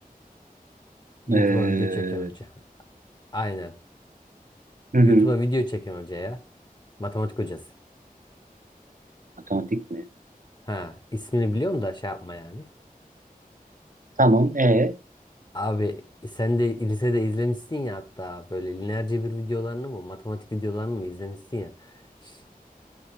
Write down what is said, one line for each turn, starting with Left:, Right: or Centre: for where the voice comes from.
Left: YouTube'a
Right: Ee,
Left: video çeken hoca. Aynen.
Right: hı hı.
Left: YouTube'a video çeken hoca ya. Matematik hocası.
Right: Matematik mi?
Left: Ha, ismini biliyorum da şey yapma yani.
Right: Tamam. E.
Left: Abi sen de lisede izlemişsin ya hatta böyle lineer cebir videolarını mı matematik videolarını mı izlemişsin ya. Ş-